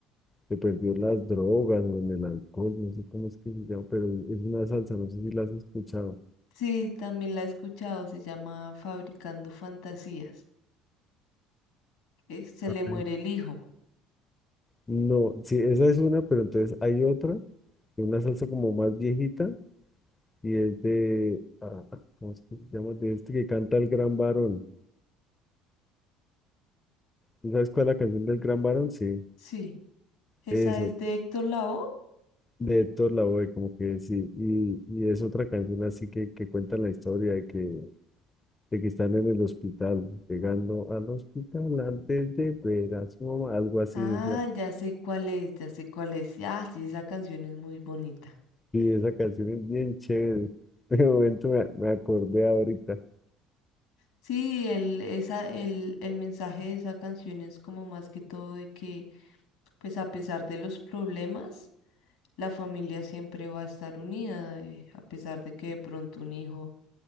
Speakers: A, on the left; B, on the left.
A: se perdió en las drogas o en el alcohol, no sé cómo es que se llama, pero es una salsa, no sé si la has escuchado.
B: Sí, también la he escuchado, se llama Fabricando Fantasías. Eh, Se le muere
A: Ay.
B: el hijo.
A: No, sí, esa es una, pero entonces hay otra, de una salsa como más viejita, y es de, ah, ¿cómo es que se llama? De este que canta el gran varón. ¿Tú sabes cuál es la canción del gran varón? Sí.
B: Sí, esa
A: Eso,
B: es de Héctor Lavoe.
A: de Héctor Lavoe, como que sí, y, y es otra canción así que, que cuenta la historia de que, de que están en el hospital, llegando al hospital antes de ver a su mamá, algo así
B: Ah,
A: decía.
B: ya sé cuál es, ya sé cuál es. Ah, sí, esa canción es muy bonita.
A: Sí, esa canción es bien chévere. <laughs> De momento me, me acordé ahorita,
B: Sí, el, esa, el, el mensaje de esa canción es como más que todo de que, pues a pesar de los problemas, la familia siempre va a estar unida, eh, a pesar de que de pronto un hijo,